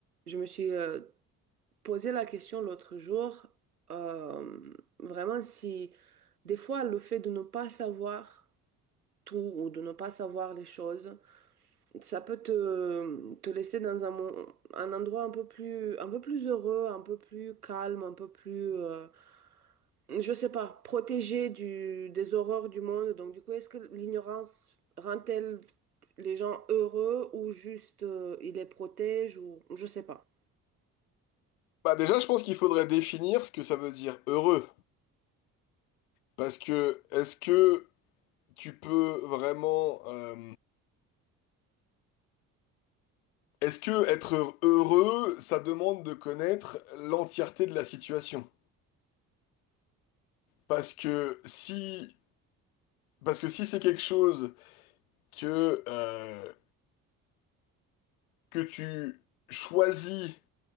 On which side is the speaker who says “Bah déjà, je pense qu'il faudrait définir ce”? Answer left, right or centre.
Left